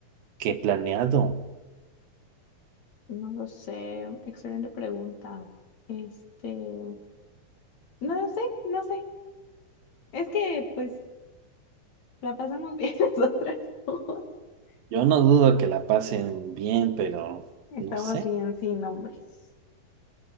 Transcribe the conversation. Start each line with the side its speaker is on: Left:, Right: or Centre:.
Right: que planeado.
Left: No lo sé, excelente pregunta. Este, no lo sé, no sé. Es que pues la pasamos bien <laughs> nosotras dos.
Right: Yo no dudo que la pasen bien, pero
Left: Estamos
Right: no sé.
Left: bien sin nombres.